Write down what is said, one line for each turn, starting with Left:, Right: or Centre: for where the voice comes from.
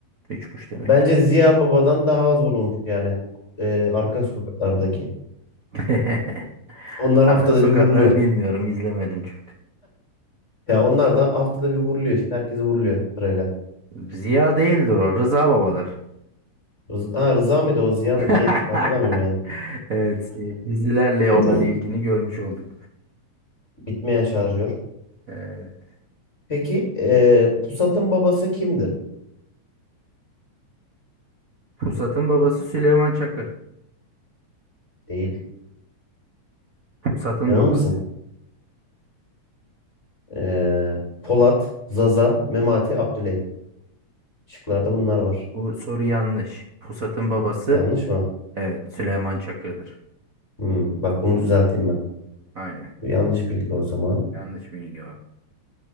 Right: Üçmüş demek.
Left: Bence Ziya Baba'dan daha az vurulmuş yani. Eee, arka sokaklardaki.
Right: <laughs>
Left: Onlar
Right: Arka
Left: haftada
Right: sokakları
Left: bir vuruluyor.
Right: bilmiyorum, izlemedim çok.
Left: Ya onlar da haftada bir vuruluyor işte. Herkesi vuruluyor sırayla.
Right: Ziya değildir o, Rıza Baba'dır.
Left: Rız ha, Rıza mıydı o Ziya
Right: <laughs>
Left: mıydı neydi işte hatırlamıyorum yani.
Right: Evet, e, dizilerle olan
Left: <clears throat>
Right: ilgini görmüş olduk.
Left: Bitmeyen şarjör.
Right: Evet.
Left: Peki eee, Pusat'ın babası kimdir?
Right: Pusat'ın babası Süleyman Çakır.
Left: Değil.
Right: Pusat'ın
Left: Emin
Right: babası.
Left: misin? Eee, Polat, Zaza, Memati, Abdüley. Şıklarda bunlar var.
Right: Bu soru yanlış. Pusat'ın babası
Left: Yanlış mı?
Right: evet Süleyman Çakır'dır.
Left: Hmm, bak bunu düzelteyim ben.
Right: Aynen.
Left: Bu yanlış bilgi o zaman.
Right: Yanlış bilgi o.